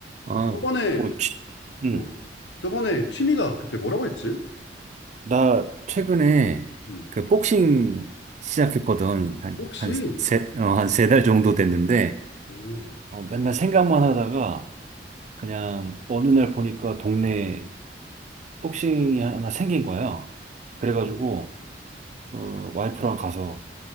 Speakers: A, on the right; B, on the left.
A: 아,
B: 그 저번에,
A: 뭐, 취- 응.
B: 어, 저번에 취미가 그때 뭐라고 했지?
A: 나 최근에
B: 음,
A: 그 복싱 시작했거든. 한,
B: 혹시,
A: 한 세, 어, 한 세 달 정도 됐는데,
B: 어,
A: 어, 맨날 생각만 하다가 그냥 어느 날 보니까 동네에 복싱이 하나 생긴 거예요. 그래가지고,
B: 그,
A: 어, 와이프랑 가서,